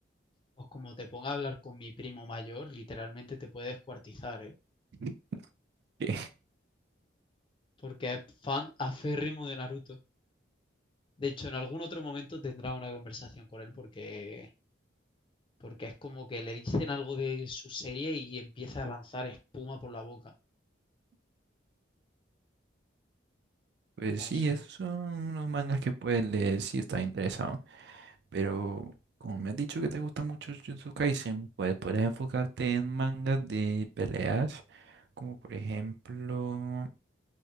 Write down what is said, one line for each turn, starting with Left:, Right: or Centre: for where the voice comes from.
Left: Pues como te ponga a hablar con mi primo mayor, literalmente te puede descuartizar, ¿eh?
Right: <laughs> que,
Left: Porque es fan aférrimo de Naruto. De hecho, en algún otro momento tendrá una conversación con él porque, porque es como que le dicen algo de su serie y empieza a lanzar espuma por la boca.
Right: Pues
Left: O
Right: sí,
Left: sea.
Right: esos son los mangas que puedes leer si estás interesado. Pero como me has dicho que te gusta mucho Jujutsu Kaisen, pues podrías enfocarte en mangas de peleas, como por ejemplo,